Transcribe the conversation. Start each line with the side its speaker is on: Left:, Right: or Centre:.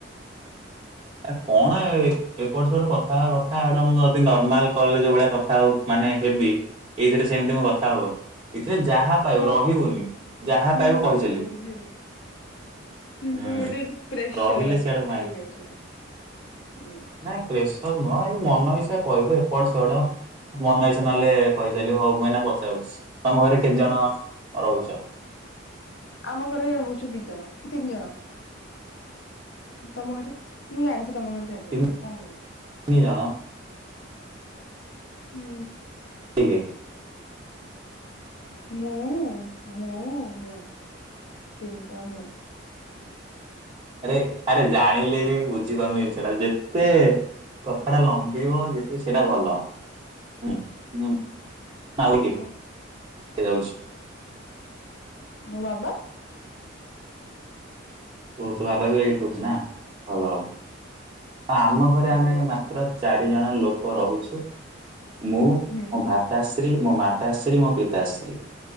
Right: ଆଉ କଣ ଏପଟ ସେପଟ କଥା ହେବା। <unintelligible> ଏ ନର୍ମାଲ କଲେ ଯୋଉ ଭଳିଆ କଥା ହୋଉ ମାନେ ହେବି ଏଇ‌ ଯଦି ସେମିତି ମୁଁ କଥା ହଉନି। ଏଥିରେ ଯାହା ପାଇବୁ
Left: ହଉ
Right: ରହିବୁନି
Left: ହଉ
Right: ଯାହା
Left: ହୁଁ-ହୁଁ-ହୁଁ
Right: ପାଇବୁ କହିଚାଲିବୁ।
Left: ବୁଝିଲି। କିନ୍ତୁ
Right: ହୁଁ
Left: ଗୋଟେ ପ୍ରେସର
Right: ରହିଲେ ସିଆଡୁ
Left: ହେଇଯାଉଚି। <unintelligible> ହୁଁ ହୁଁ।
Right: ହଁ ପ୍ରେସର ନୁହଁ ଏଇ ମନ ଇଚ୍ଛା କହିବୁ ଏପଟ ସେଢ। ମନ ଇଚ୍ଛା ନହଲେ କହିଚାଲିବ। ହଉ ମୁଁ ଏନା ପଚାରୁଚି, ତମ ଘରେ କେତେ ଜଣ ରହୁଚ?
Left: ଆମ ଘରେ ରହୁଚୁ ଦି ଜଣ ତିନି ଜଣ। ତମ ଘରେ, ମୁଁ ଜାଣିଚି ତମ ଘରେ ଚାରି
Right: ତିନି
Left: ଜଣ ତୁ କଣ କହିବୁ।
Right: <unintelligible> ଜଣ।
Left: ହୁଁ।
Right: ଆଜ୍ଞା।
Left: ମୁଁ ମୁଁ ମୁଁ। ତିନିଟା ମୁଁ।
Right: ଆରେ ଆରେ ଜାଣିଲେ ବି ବୁଝିପାରୁନି ଜିନିଷ ଟା ଯେ ଏତେ କଥା ଟା ଲମ୍ବିବ ଯେତେ ସେଟା ଭଲ। ହୁଁ ହୁଁ ଆହୁରି କିଏ
Left: ହଁ
Right: ଯାଉଛି।
Left: ମୋ ବାବା।
Right: ଓ ତୁ ବାବା ଏବେ ଏଇଠି ରହୁଛି ନା ଭଲ ଆ ଆମ ଘରେ
Left: ଆରେ
Right: ଆମେ
Left: ଆରେ
Right: ମାତ୍ର ଚାରି ଜଣ ଲୋକ ରହୁଛୁ ମୁଁ
Left: ହୁଁ।
Right: ମୋ ଭା ପିତାଶ୍ରୀ ମୋ ମାତାଶ୍ରୀ ମୋ ପିତାଶ୍ରୀ